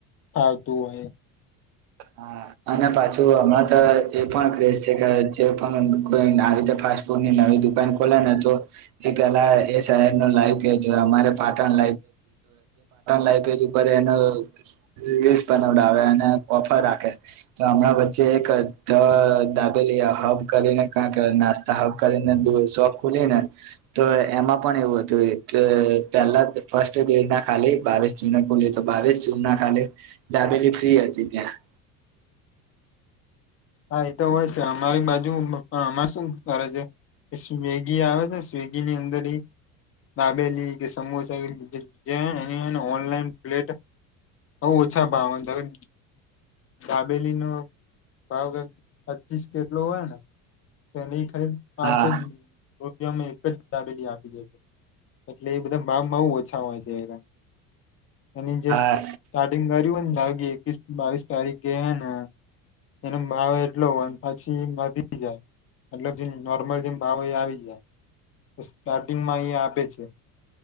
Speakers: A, on the left (about 35°); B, on the right (about 70°).
A: ફાવતું હોય
B: હા અને પાછું હમણાં તો એ પણ ક્રેઝ છે કે જે પણ કોઈને આવી રતે ફાસ્ટફૂડની નવી દુકાન ખોલેને તો એ પેલા એ શહેરનો લાઈવ <unintelligible> અમારે પાટણ લાઇ <unintelligible> એનો લિસ્ટ બનાવડાવે અને ઓફર રાખે તો હમણાં વચ્ચે એક ધ દાબેલી હબ કરીને કાક નાસ્તા હક કરીને શોપ ખુલી ને તો એમાં પણ એવું હતું એ કે પેલા ફર્સ્ટ ડે ના ખાલી બાવીસ જૂને ખુલી તો બાવીસ જૂન ના ખાલી ધાબેલી ફ્રી હતી ત્યાં
A: હા એતો હોય છે અમારી બાજુમાં શું કરે છે સ્વેગી આવે ને સ્વેગીની અંદર એ દાબેલી કે સમોસા જે એ એની હે ને ઓનલાઈન પ્લેટ બઉ ઓછા ભાવન તમે દાબેલી ન ભાવ કંઈક પચીસ કે એટલો હોય ને તો એની ખાલી પાંચ
B: હા
A: જ તે અમે એક જ દાબેલી આપી જશે એટલે એ બધા મામ બઉ ઓછા હોય છે એના એની જે
B: હા
A: સ્ટાર્ટિંગ કર્યું હોય ને ધારો કે એકવીસ બાવીસ તારીખ ગે હેને એનો ભાવ એટલો હોન પછી વધી જાય. એટલ જે નોર્મલ જેમ ભાવ એ આવી જાય તો સ્ટાર્ટિંગમાં એ આપે છે.